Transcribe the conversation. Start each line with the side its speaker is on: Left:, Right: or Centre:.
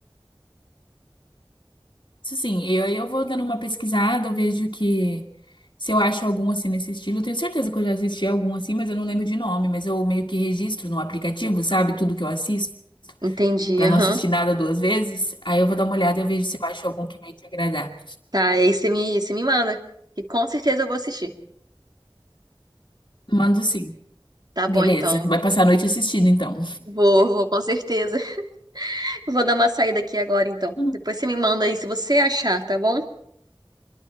Left: Isso assim, eu, eu vou dando uma pesquisada, eu vejo que se eu acho algum assim nesse estilo, eu tenho certeza que eu já assisti algum assim, mas eu não lembro de nome, mas eu meio que registro no aplicativo, sabe? Tudo que eu assisto.
Right: Entendi,
Left: Pra
Right: aham.
Left: não assistir nada duas vezes, aí eu vou dar uma olhada e eu vejo se eu acho algum que vai te agradar.
Right: Tá, aí você me, você me manda, que com certeza eu vou assistir.
Left: Mando sim.
Right: Tá bom,
Left: Beleza.
Right: então.
Left: Vai passar a noite assistindo, então.
Right: Vou, vou, com certeza. <laughs> Vou dar uma saída aqui agora, então.
Left: Uhum.
Right: Depois você me manda aí se você achar, tá bom?